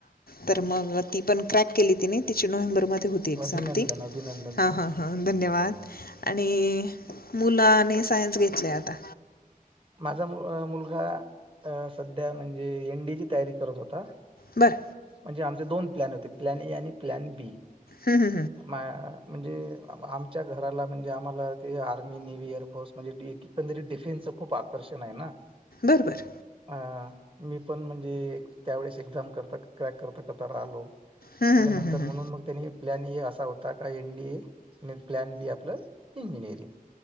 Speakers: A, on the left (about 90°); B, on the right (about 35°).
A: तर मग ती पण क्रॅक केली तिने, तिची नोव्हेंबर मध्ये एक्साम
B: अभिनंदन
A: ती
B: अभिनंदन
A: हा
B: तुमचं
A: हा हा धन्यवाद. आणि, मुलानी सायन्स घेतलेय आता.
B: माझा मु मुलगा, सध्या म्हणजे एंडीची तयारी करत होता.
A: बरं.
B: म्हणजे आमचे दोन प्लॅन होते. प्लॅन ए आणि प्लॅन बी.
A: हं, हं.
B: म्हणजे आमच्या घराला म्हणजे आम्हाला ते आर्मी नेव्ही एअरफोर्स म्हणजें एकंदरी डिफेन्स खूप आकर्षण आहे ना.
A: बर बर.
B: अ मी पण म्हणजे त्यावेेळेस एक्झाम करता क्रॅक करता करता राहिलो.
A: हं, हं,
B: त्याच्यानंतर
A: हं, हं, हं.
B: म्हणून मग त्यानी प्लॅन हे असा होता का एन डीए. आणि प्लॅन बी आपलं इंजिनिअरिंग.